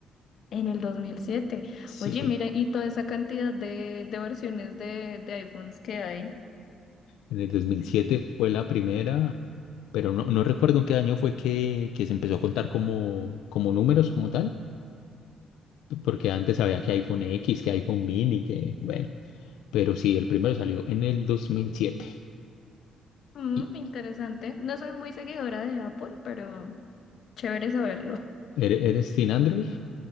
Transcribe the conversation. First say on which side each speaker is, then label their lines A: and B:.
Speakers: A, on the left (about 65°); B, on the left (about 80°).
A: En el 2007.
B: Sí.
A: Oye, mira, y toda esa cantidad de, de versiones de, de iPhones que hay.
B: En el dos mil siete fue la primera, pero no, no recuerdo en qué año fue que, que se empezó a contar como, como números, como tal. Porque antes había que iPhone X, que iPhone Mini, que bueno. Pero sí, el primero salió en el 2007.
A: Mm,
B: ¿Y
A: interesante. No soy muy seguidora de Apple, pero chévere saberlo.
B: ¿Eres, eres sin Android?